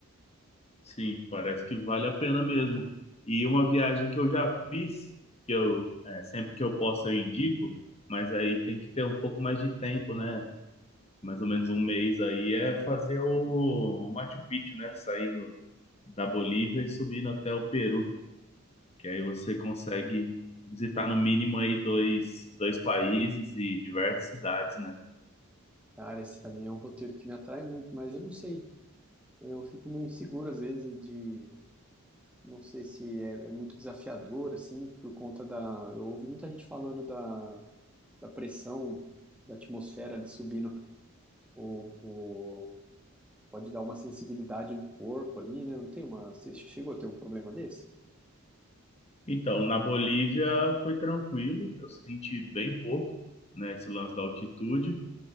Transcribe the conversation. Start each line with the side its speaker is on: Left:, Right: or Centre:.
Left: Sim, parece que vale a pena mesmo. E uma viagem que eu já fiz, que eu é, sempre que eu posso eu indico, mas aí tem que ter um pouco mais de tempo, né? Mais ou menos um mês aí é fazer o Machu Picchu, né? Saindo da Bolívia e subindo até o Peru, que aí você consegue visitar no mínimo aí dois, dois países e diversas cidades, né?
Centre: Cara, esse também é um roteiro que me atrai muito, mas eu não sei. Eu fico meio inseguro às vezes de. Não sei se é, é muito desafiador, assim, por conta da. Eu ouvi muita gente falando da, da pressão da atmosfera ali subindo. O, o... Pode dar uma sensibilidade no corpo ali, né? Não tem uma. Você chegou a ter um problema desse?
Left: Então, na Bolívia foi tranquilo, eu senti bem pouco, né? Esse lance da altitude,